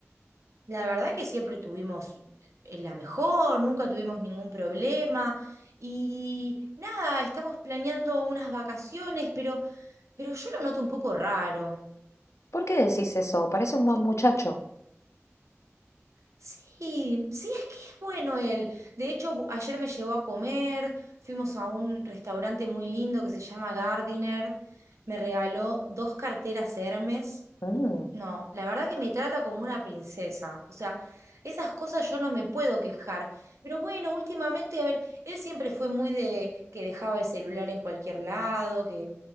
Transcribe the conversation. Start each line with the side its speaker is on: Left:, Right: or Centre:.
Right: La verdad que siempre tuvimos eh, la mejor, nunca tuvimos ningún problema y nada, estamos planeando unas vacaciones, pero, pero yo lo noto un poco raro.
Left: ¿Por qué decís eso? Parece un buen muchacho.
Right: Sí, sí, es que es bueno él. De hecho, bu- ayer me llevó a comer, fuimos a un restaurante muy lindo que se llama Gardiner, me regaló dos carteras Hermes
Left: Mm,
Right: No, la verdad que me trata como una princesa. O sea, esas cosas yo no me puedo quejar. Pero bueno, últimamente, a ver, él siempre fue muy de que dejaba el celular en cualquier lado, que